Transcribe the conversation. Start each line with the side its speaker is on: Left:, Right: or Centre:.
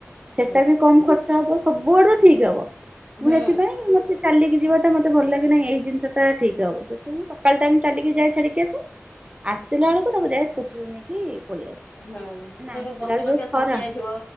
Right: ସେଟା
Left: ହୁଁ
Right: ବି କମ ଖର୍ଚ୍ଚ ହବ, ସବୁଆଡୁ ଠିକ ହବ।
Left: ହୁଁ
Right: ମୁଁ ସେଥିପାଇଁ ମତେ ଚାଲିକି ଯିବାଟା ମତେ ଭଲ ଲାଗେ ନାହିଁ ଏଇ ଜିନିଷଟା ଠିକ ହବ ସେଥିପାଇଁ ସକାଳ ଟାଇମ୍ ଚାଲିକି ଯାଏ ଛାଡିକି ଆସେ, ଆସିଲା ବେଳକୁ ତାକୁ ଯାଏ ସ୍କୁଟିରେ ନେଇକି ପଳେଇ ଆସେ।
Left: ହୁଁ ସିଏ
Right: ନା ଆସିଲା
Left: ବି ବସି
Right: ବେଳେ
Left: ବସିଆ
Right: ଯୋଉ ଖରା
Left: ଥକି ଯାଇଥିବ,